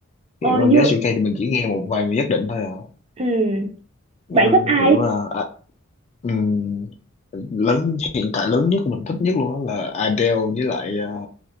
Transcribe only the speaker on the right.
ờ
vui
ừ.
bạn thích ai